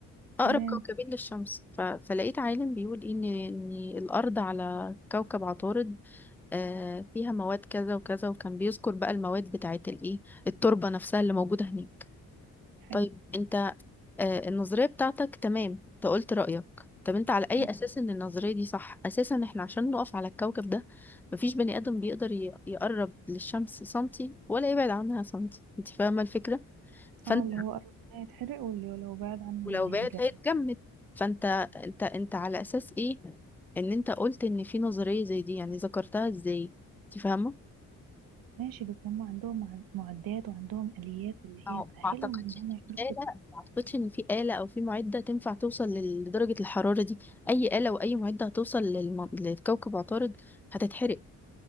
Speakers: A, in the centre; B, on the right (about 65°).
A: اقرب
B: تمام
A: كوكبين للشمس ف... فلقيت عالم بيقول إيه ان ان الارض على كوكب عطارد آه، فيها مواد كذا وكذا وكان بيذكر بقى المواد بتاعت الايه التربه نفسها اللي موجوده هناك
B: حلو
A: طيب انت آه، النظرية بتاعتك تمام انت قلت رأيك طب انت على اي
B: مم.
A: اساس ان النظرية دي صح اساسا احنا عشان نقف على الكوكب ده مفيش بني ادم بيقدر ي- يقرب للشمس سنتي ولا يبعد عنها سنتي انت فاهمة الفكرة فانت
B: اه اللي هو قرب منها يتحرق واللي لو بعد عنها
A: ولو بعد
B: هيتجنن
A: هيتجمد فانت انت انت على اساس ايه ان انت قلت ان في نظرية زي دي يعني ذكرتها ازاي انت فاهمة
B: ماشي بس هم عندهم مع- معدات وعندهم آليات اللي
A: اه
B: هي تأهلهم
A: ما اعتقدش
B: ان هم
A: إن في
B: يعملوا كده
A: آلة ما اعتقدش ان في آلة او في معدة تنفع توصل لل- لدرجة الحرارة دي اي آلة واي معدة هتوصل للم... لكوكب عطارد هتتحرق